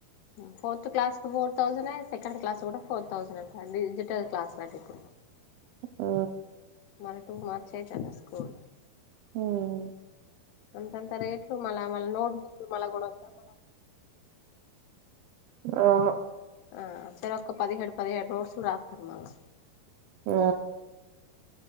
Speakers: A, on the left; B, on the right.
A: ఫోర్త్ క్లాస్ కు ఫోర్ థౌసండ్ సెకండ్ క్లాస్ కూడా ఫోర్ థౌజండ్ అంటారు డిజిటల్ క్లాస్లట ఇప్పుడు
B: మ్
A: మళ్ళ టూ మార్చ అవుతన్న స్కూల్
B: మ్
A: అంతంత రేట్లు మళ్ళ మళ్ళ నోట్బుక్లు మళ్ళ కోనొద్ద్దా మ
B: అవును
A: అ చెరొక్క పదిహేడు పదిహేడు నోట్స్ రత్తరు మాగా
B: ఆ